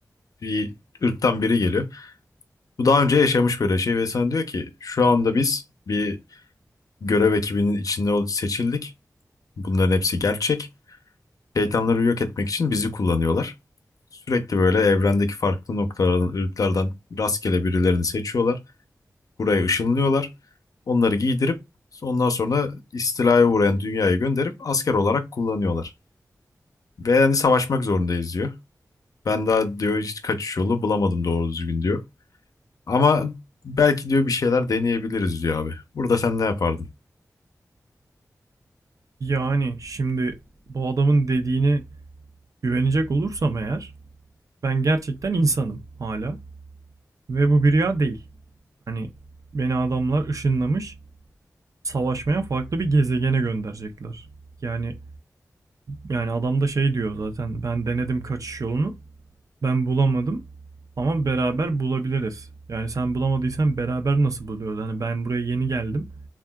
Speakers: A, on the left; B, on the right.
A: bir ırktan biri geliyor. Bu daha önce yaşamış böyle şey ve sana diyor ki şu anda biz bir görev ekibinin içinde ol- seçildik. Bunların hepsi gerçek. Şeytanları yok etmek için bizi kullanıyorlar. Sürekli böyle evrendeki farklı noktalardan, ırklardan rastgele birilerini seçiyorlar. Buraya ışınlıyorlar. Onları giydirip ondan sonra istilaya uğrayan dünyaya gönderip asker olarak kullanıyorlar. Ve yani savaşmak zorundayız diyor. Ben daha diyor hiç kaçış yolu bulamadım doğru düzgün diyor. Ama belki diyor bir şeyler deneyebiliriz diyor abi. Burada sen ne yapardın?
B: Yani şimdi bu adamın dediğine güvenecek olursam eğer ben gerçekten insanım hala. Ve bu bir rüya değil. Hani beni adamlar ışınlamış savaşmaya farklı bir gezegene gönderecekler. Yani yani adam da şey diyor zaten ben denedim kaçış yolunu. Ben bulamadım ama beraber bulabiliriz. Yani sen bulamadıysan beraber nasıl buluyoruz? Hani ben buraya yeni geldim.